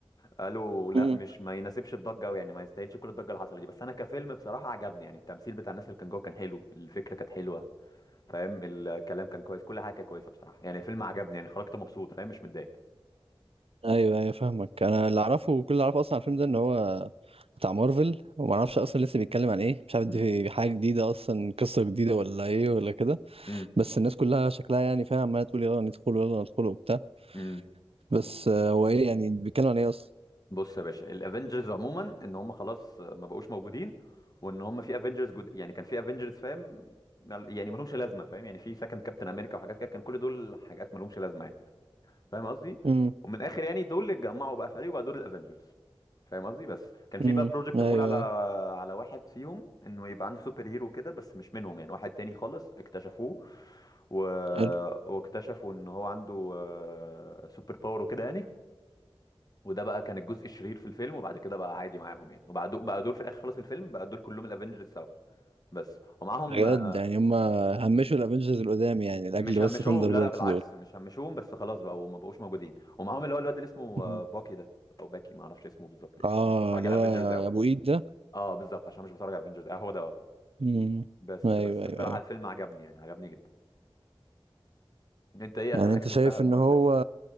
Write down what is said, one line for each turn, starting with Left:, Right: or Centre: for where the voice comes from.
Left: قالوا لا
Right: مم.
Left: مش ما يناسبش الضجه قوي يعني ما يستاهلش كل الضجه اللي حصلت دي بس انا كفيلم بصراحه عجبني يعني التمثيل بتاع الناس اللي كان جوه كان حلو الفكره كانت حلوه فاهم الكلام كان كويس كل حاجه كانت كويسه بصراحه يعني الفيلم عجبني يعني خرجت مبسوط فاهم مش متضايق
Right: ايوه ايوه فاهمك انا اللي اعرفه وكل اللي اعرفه اصلا عن الفيلم ده ان هو بتاع مارفل وما اعرفش اصلا لسه بيتكلم عن ايه مش عارف
Left: امم
Right: دي حاجه جديده اصلا قصه جديده ولا ايه ولا كده
Left: امم
Right: بس الناس كلها شكلها يعني فاهم عماله تقول يلا ندخل يلا ندخل وبتاع
Left: امم.
Right: بس آه، هو ايه يعني بيتكلم عن ايه اصلا
Left: بص يا باشا الافنجرز عموما ان هم خلاص ما بقوش موجودين وان هم في افنجرز جد... يعني كان في افنجرز فاهم مال- يعني ما لهمش لازمه فاهم يعني في سكند كابتن امريكا وحاجات كده كان كل دول حاجات ما لهمش لازمه يعني فاهم قصدي
Right: امم
Left: ومن الاخر يعني دول اللي اتجمعوا بقى فريق وبقى دول الافنجرز فاهم قصدي بس كان في
Right: امم
Left: بقى بروجكت
Right: ايوه
Left: معمول على
Right: ايوه
Left: على واحد فيهم انه يبقى عنده سوبر هيرو كده بس مش منهم يعني واحد تاني خالص اكتشفوه و...
Right: حلو
Left: واكتشفوا ان هو عنده آه، سوبر باور وكده يعني وده بقى كان الجزء الشرير في الفيلم وبعد كده بقى عادي معاهم يعني وبعد بقى دول في الاخر خلاص الفيلم بقى دول كلهم الافنجرز سوا بس ومعاهم
Right: بجد
Left: آه،
Right: يعني هم همشوا الافنجرز القدام يعني لاجل
Left: مش همشوهم
Right: بس ثاندر
Left: لا
Right: بولت
Left: لا بالعكس
Right: دول
Left: مش همشوهم بس خلاص بقى وما بقوش موجودين ومعاهم اللي هو الواد اللي اسمه
Right: مم.
Left: آه، باكي ده او باكي ما اعرفش اسمه بالظبط يعني
Right: اه
Left: عشان مش بتفرج
Right: اللي
Left: على
Right: هو
Left: الافنجرز قوي
Right: ابو ايد ده
Left: اه بالظبط عشان مش بتفرج على الافنجرز اه هو ده آه.
Right: مم.
Left: بس
Right: ايوه
Left: بس
Right: ايوه
Left: بصراحة
Right: ايوه
Left: الفيلم عجبني يعني عجبني جدا انت ايه
Right: يعني
Left: اخر حاجة
Right: انت
Left: شفتها
Right: شايف
Left: لمارفل
Right: ان هو
Left: كده